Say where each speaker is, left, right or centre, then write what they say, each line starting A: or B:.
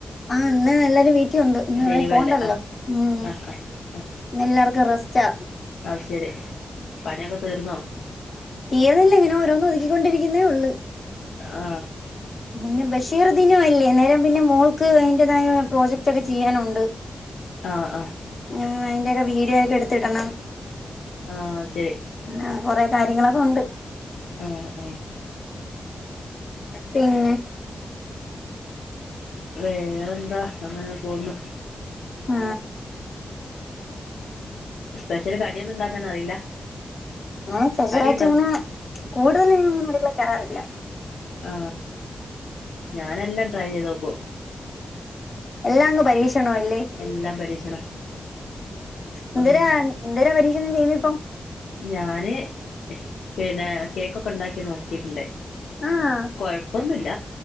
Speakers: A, on the left; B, on the left.
A: ആ ഇന്ന് എല്ലാരും വീട്ടിലുണ്ട് ഇന്ന്
B: ലീവല്ലേ
A: എവിടെയും പോണ്ടല്ലോ
B: ആ
A: മ്
B: ആ ആ ആ
A: ന്ന് എല്ലാർക്ക് റസ്റ്റാ
B: അത് ശരി പണിയൊക്കെ തീർന്നോ
A: തീർന്നില്ല ഇങ്ങനെ ഓരോന്ന് ഒതുക്കിക്കൊണ്ടിരിക്കുന്നേ ഉള്ള്
B: ആ
A: പിന്നെ ബഷീർദിനം അല്ലേ അന്നേരം പിന്നെ മോൾക്ക് അതിന്റേതായ പ്രോജക്റ്റ്ക്കെ ചെയ്യാനുണ്ട് <inaudible>
B: ആ അ
A: മ് അതിന്റെക്കെ വീഡിയൊക്കെ എടുത്തിടണം
B: ആ ശരി
A: ആ കൊറെ കാര്യങ്ങളൊക്കെ ഉണ്ട്
B: ആ അ
A: പിന്നെ
B: വേറെ എന്താ അങ്ങനെ പോന്നു
A: ആ
B: സ്പെഷ്യൽ കടിയൊന്നും ണ്ടാക്കാൻ അറിയില്ല
A: അങ്ങനെ ചെറുതായിട്ട്
B: കടി ഉണ്ടാക്കും
A: ങ്ങനെ കൂടുതലൊന്നും ഉണ്ടാകാറില്ല
B: ആ ഞാനെല്ലാം ട്രൈ ചെയ്തുനോക്കും
A: എല്ലാങ്ങ് പരീക്ഷണ അല്ലേ
B: എല്ലാം പരീക്ഷണ
A: എന്തേരാ
B: ഉം
A: എന്തേരാ പരീക്ഷണം ചെയ്യ്ന്നെ ഇപ്പൊ
B: ഞാന് പിന്നെ കേക്ക് ഒക്കെ ണ്ടാക്കി നോക്കിട്ട്ണ്ട്
A: ആഹ്
B: കൊഴപ്പൊന്നുല്ല